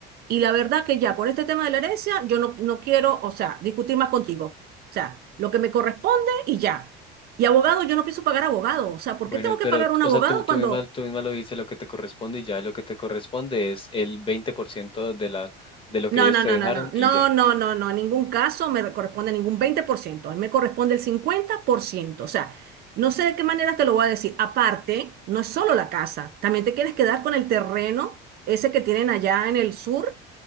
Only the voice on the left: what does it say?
Bueno,
pero,
o
sea, tú, tú
misma, tú misma lo dices, lo que te corresponde y ya lo que te corresponde es el 20% de la, de lo que
ellos
te
dejaron
y ya.